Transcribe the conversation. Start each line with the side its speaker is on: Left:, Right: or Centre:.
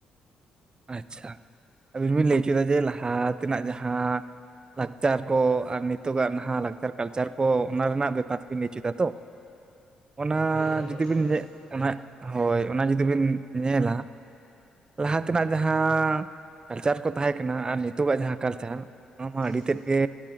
Right: ᱟᱪᱪᱷᱟ ᱟᱹᱵᱤᱱ ᱵᱤᱱ ᱞᱟᱹᱭ ᱠᱮᱫᱟ ᱞᱟᱦᱟ ᱛᱮᱱᱟᱜ ᱡᱟᱦᱟᱸ ᱞᱟᱠᱪᱟᱨ ᱠᱚ ᱟᱨ ᱱᱤᱛᱚᱜ ᱟᱜ ᱱᱟᱦᱟᱜ ᱞᱟᱠᱪᱟᱨ ᱠᱟᱞᱪᱟᱨ ᱠᱚ ᱚᱱᱟ ᱨᱮᱱᱟᱜ ᱵᱮᱯᱟᱨ ᱠᱤᱱ ᱞᱟᱹᱭ ᱦᱩᱪᱩᱭ ᱫᱟ ᱛᱚ ᱚᱱᱟ
Left: ᱦᱳᱭ ᱦᱳᱭ
Right: ᱡᱩᱫᱤ
Left: ᱦᱳᱭ ᱦᱳᱭ
Right: ᱵᱤᱱ ᱚᱱᱟ ᱦᱳᱭ ᱚᱱᱟ ᱡᱩᱫᱤ ᱵᱤᱱ ᱧᱮᱞᱟ ᱞᱟᱦᱟ ᱚᱱᱛᱮᱱᱟᱜ ᱡᱟᱦᱟᱸ ᱠᱟᱞᱪᱟᱨ ᱠᱚ ᱛᱟᱦᱮᱸ ᱠᱟᱱᱟ ᱟᱨ ᱱᱤᱛᱚᱜ-ᱟᱜ ᱡᱟᱦᱟᱸ ᱠᱟᱞᱪᱟᱨ
Left: ᱦᱳᱭ
Right: ᱚᱱᱟ
Left: ᱦᱳᱭ
Right: ᱢᱟ ᱟᱹᱰᱤ ᱛᱮᱫ ᱜᱮ